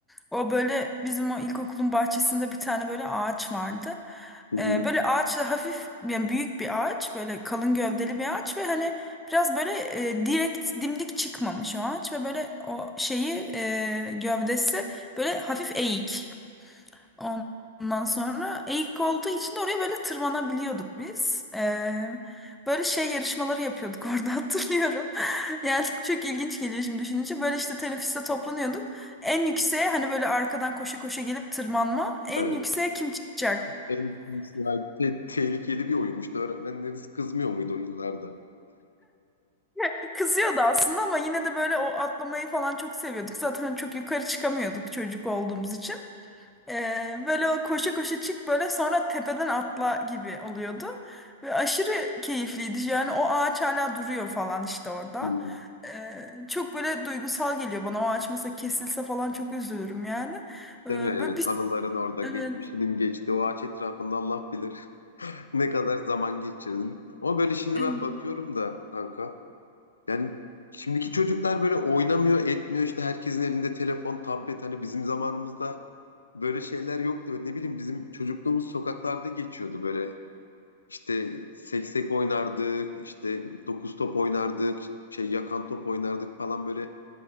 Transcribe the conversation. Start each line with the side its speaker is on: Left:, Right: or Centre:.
Centre: O böyle bizim o ilkokulun bahçesinde bir tane böyle ağaç vardı.
Left: Hı hı.
Centre: E, böyle ağaçla hafif yani büyük bir ağaç böyle kalın gövdeli bir ağaç ve hani Biraz böyle e, direkt dimdik çıkmamış o ağaç ve böyle o şeyi e, gövdesi böyle hafif eğik. Ondan sonra eğik olduğu için de oraya böyle tırmanabiliyorduk biz. E, böyle şey yarışmaları yapıyorduk <laughs> orada hatırlıyorum. Yani çok ilginç geliyor şimdi düşününce. Böyle işte teneffüste toplanıyorduk. En yükseğe hani böyle arkadan koşa koşa gelip tırmanma. En
Left: Yani
Centre: yükseğe kim çıkacak?
Left: en yani te- tehlikeli bir oyunmuştu öğretmenleriniz kızmıyor muydu o yıllarda?
Centre: <laughs> Kızıyordu aslında ama yine de böyle o atlamayı falan çok seviyorduk. Zaten çok yukarı çıkamıyorduk çocuk olduğumuz için. Ee, böyle o koşa koşa çık böyle sonra tepeden atla gibi oluyordu. Ve aşırı keyifliydi. Yani o ağaç hala duruyor falan işte orada.
Left: Hmm.
Centre: Ee, çok böyle duygusal geliyor bana. O ağaç mesela kesilse falan çok üzülürüm yani. Ee,
Left: Değil mi?
Centre: böyle
Left: Evet
Centre: bir...
Left: anıların orada
Centre: Evet.
Left: geçmişinin geçti o ağaç etrafında Allah bilir. Ne kadar zaman geçirdim. Ama böyle şimdi
Centre: evet.
Left: ben bakıyorum da kanka. Yani şimdiki çocuklar böyle oynamıyor, etmiyor. İşte herkesin elinde telefon, tablet. Hani bizim zamanımızda böyle şeyler yoktu. Böyle ne bileyim bizim çocukluğumuz sokaklarda geçiyordu böyle. İşte seksek oynardık, işte dokuz top oynardık, şey yakan top oynardık falan böyle.